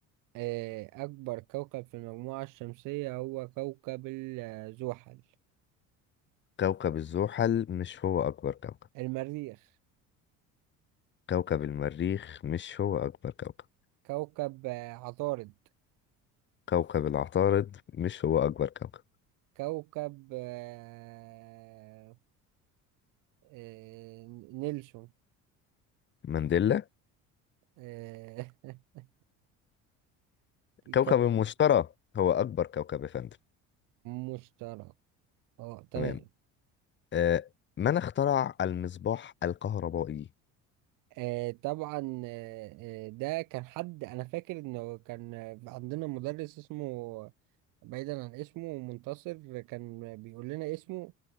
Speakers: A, on the right; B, on the left.
A: آه، اكبر كوكب في المجموعه الشمسيه هو كوكب ال- آه، زحل
B: كوكب الزحل مش هو أكبر كوكب
A: المريخ
B: كوكب المريخ مش هو أكبر كوكب
A: كوكب آه، عطارد
B: كوكب العطارد مش هو أكبر كوكب
A: كوكب آه، آه، نيلسون
B: مانديلا
A: آه، <laughs> كوكب
B: كوكب المشتري هو أكبر كوكب يا فندم
A: مشتري اه تمام
B: تمام آه من اخترع المصباح الكهربائي؟
A: آه طبعا آه آه، ده كان حد انا فاكر انه كان عندنا مدرس اسمه بعيدا عن اسمه منتصر كان بيقول لنا اسمه